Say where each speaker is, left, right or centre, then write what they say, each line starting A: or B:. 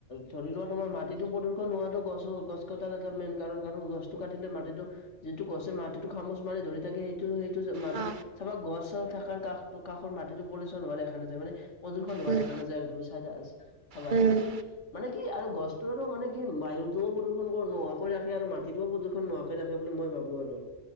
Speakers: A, on the left; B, on the right.
A: ধৰি লোৱা তোমাৰ মাটিতো প্ৰদূষণ হোৱাতো গছ - গছ কটাৰ এটা মেইন কাৰণ কাৰণ গছ টো কাটিলে মাটিটো যিটো গছে মাটিটো খামুচ মাৰি ধৰি থাকে সেইটো সে টো চা মাটি,
B: অ
A: চাবা গছ থকাৰ কাষটো কাষৰ মাটিটো পলুচন হোৱা দেখা নাযায় মানে প্ৰদূষণ হোৱা
B: উম
A: দেখা নাযায় আৰু তুমি চাই থা চা চাবা
B: উম
A: ঠিকেই মানে কি আৰু গছটো আৰু মানে কি বায়ুতোও প্ৰদূষণ নোহোৱাকৈ ৰাখে আৰু মাটিটোও প্ৰদূষণ নোহোৱা কৈ ৰাখে বুলি মই ভাবো আৰু।